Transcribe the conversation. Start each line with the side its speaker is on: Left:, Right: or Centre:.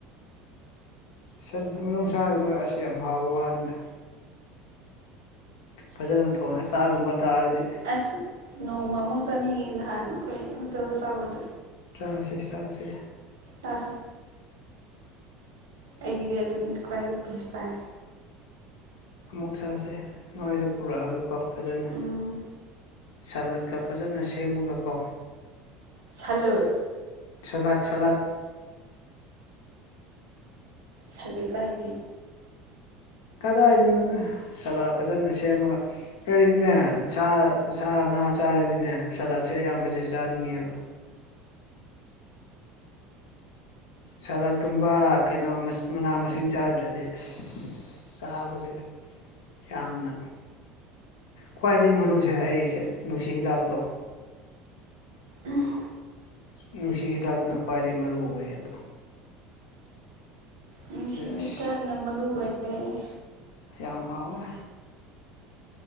Left: ꯁꯟꯁꯦ ꯃꯅꯨꯡꯁꯥꯒꯤꯗꯣ ꯑꯁ ꯌꯥꯝ ꯍꯥꯎꯕ ꯋꯥꯅꯤꯗ ꯐꯖꯅ ꯊꯣꯡꯉꯦ ꯑꯆꯥꯒꯨꯝꯕ ꯇꯥꯔꯗꯤ
Right: ꯑꯁ ꯅꯣꯡꯃ ꯑꯃꯨꯛ ꯆꯠꯅꯤꯡꯉꯦ ꯅꯍꯥꯟ ꯑꯩꯈꯣꯏ ꯍꯣꯇꯦꯜꯗ ꯆꯥꯕꯗꯣ
Left: ꯆꯥꯁꯦ ꯆꯥꯁꯦ
Right: ꯆꯥꯁꯦ ꯑꯩꯒꯤꯗꯤ ꯑꯗꯨꯝ ꯈ꯭ꯋꯥꯏꯗ ꯄꯤꯁ ꯇꯥꯔꯦ
Left: ꯑꯃꯨꯛ ꯆꯥꯁꯦ ꯃꯥꯏꯗ ꯄꯨꯔꯛꯑꯒꯀꯣ ꯐꯖꯅ
Right: ꯎꯝ
Left: ꯁꯥꯂꯠꯀ ꯐꯖꯅ ꯁꯦꯝꯃꯒꯀꯣ
Right: ꯁꯂꯨꯠ
Left: ꯁꯂꯥꯠ ꯁꯂꯥꯠ
Right: ꯁꯂꯨꯠ ꯇꯥꯏꯅꯤ
Left: ꯀꯗꯥꯏꯗꯩꯅꯣꯗ ꯁꯂꯥꯠ ꯐꯖꯅ ꯁꯦꯝꯃꯒ ꯑꯩꯈꯣꯏꯗꯤꯅꯦ ꯁꯥ ꯁꯥꯉꯥ ꯆꯥꯔꯗꯤꯅꯦ ꯁꯂꯥꯠꯁꯦ ꯑꯌꯥꯝꯕꯁꯦ ꯆꯥꯅꯤꯡꯉꯦꯕ ꯁꯂꯥꯠꯀꯨꯝꯕ ꯀꯩꯅꯣ ꯃꯁ ꯃꯅꯥ ꯃꯁꯤꯡ ꯆꯥꯗ꯭ꯔꯗꯤ ꯑꯁ ꯆꯥꯕꯁꯨ ꯌꯥꯝꯅ ꯈ꯭ꯋꯥꯏꯗꯒꯤ ꯃꯔꯨꯁꯦ ꯑꯩꯁꯦ ꯅꯨꯡꯁꯤ ꯍꯤꯗꯥꯛꯇꯣ
Right: ꯎꯝꯍ
Left: ꯅꯨꯡꯁꯤ ꯍꯤꯗꯥꯛꯅ ꯈ꯭ꯋꯥꯏꯗꯒꯤ ꯃꯔꯨ ꯑꯣꯏꯌꯦꯗ
Right: ꯅꯨꯡꯁꯤ ꯍꯤꯗꯥꯛꯅ
Left: ꯑꯁ
Right: ꯃꯔꯨ ꯑꯣꯏꯈ꯭ꯔꯦꯅꯦ
Left: ꯌꯥꯝ ꯍꯥꯎꯅꯦꯍ